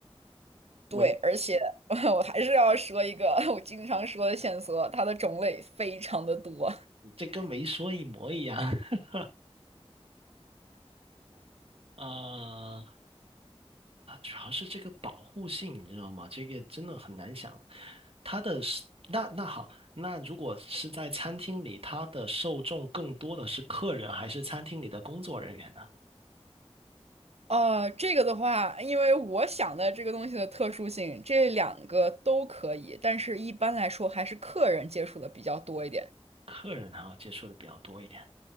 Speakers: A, on the right; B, on the right.
A: 围，
B: 对，而且 <laughs> 我还是要说一个 <laughs> 我经常说的线索，它的种类非常的多。
A: 这跟没说一模一样。<laughs> 呃，啊，主要是这个保护性，你知道吗？这个真的很难想。它的是那那好，那如果是在餐厅里，它的受众更多的是客人，还是餐厅里的工作人员呢？
B: 呃，这个的话，因为我想的这个东西的特殊性，这两个都可以，但是一般来说还是客人接触的比较多一点。
A: 客人还要接触的比较多一点。